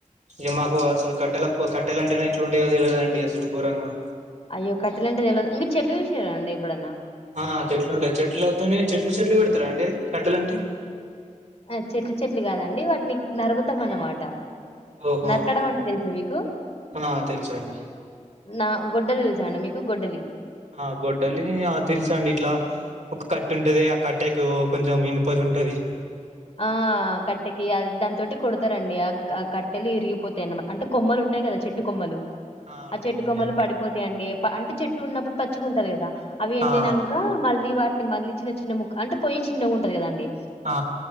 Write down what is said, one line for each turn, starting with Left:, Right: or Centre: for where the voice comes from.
Right: ఇ మాకు అల్ కట్టెల కట్టెలు అంటేనే ఎట్లు ఉంటేయో తెలిదండి అసలు ఘోరంగా
Left: అయ్యో కట్టల అంటేది తెలదు మీరు చెట్లు చూసిరండి ఎప్పుడన్నా
Right: ఆ చెట్లు ఉంటాయి చెట్లతోనే చెట్లు చెట్లు పెడతారా అండి కట్టలు అంటే
Left: ఆ చెట్లు చెట్లు కాదండి వాటిని నరకుతం అన్నమాట
Right: ఓహో
Left: నరకడం
Right: అవు
Left: అంటే తెలుసా మీకు
Right: ఆ తెలుసండి
Left: నా గొడ్డలి తెలుసా అండి మీకు గొడ్డలి
Right: ఆ గొడ్డలి ఆ తెలుసండి ఇట్లా ఒక కట్ట ఉంటది ఆ కట్టకు కొంచెం ఇనుపది ఉంటది
Left: ఆ కట్టెకి అ దాంతోటి కొడతారండి ఆ ఆ కట్టెలు ఇరిగిపోతాయి అన్నమాట అంటే కొమ్మలు ఉంటాయి కదా చెట్టు కొమ్మలు
Right: అవునండి
Left: ఆ చెట్టుకొమ్మలు
Right: ఉంటాయి
Left: పడిపోతాయండి అంటే చెట్టు ఉన్నప్పుడు పచ్చిగా ఉంటది కదా అవి ఎండినంక
Right: ఆ
Left: మళ్ళీ లి వాటిని మళ్ళీ చిన్న చిన్న ముక్ అంటే పోయి చిన్న ఉంటది కదండి
Right: ఆ